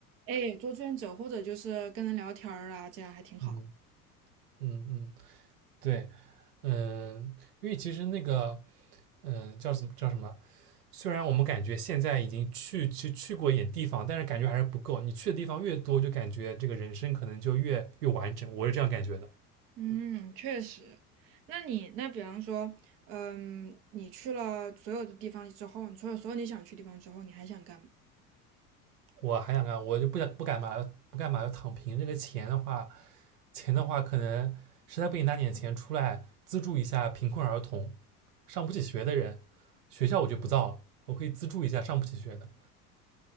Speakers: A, on the right (about 30°); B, on the right (about 75°).
A: 哎做志愿者或者就是跟人聊天儿啊，这样还挺好。
B: 嗯 <laughs> 嗯嗯，对，嗯，因为其实那个，嗯，叫什么叫什么？虽然我们感觉现在已经去去去过一点地方，但是感觉还是不够。你去的地方越多，就感觉这个人生可能就越越完整。我是这样感觉的。
A: 嗯，确实。那你那比方说，嗯，你去了所有的地方之后，你去了所有你想去的地方之后，你还想干嘛？
B: 我还想干，我就不想不干嘛，不干嘛要躺平。这个钱的话，钱的话，可能实在不行拿点钱出来资助一下贫困儿童、上不起学的人。学校我就不造了，我可以资助一下上不起学的。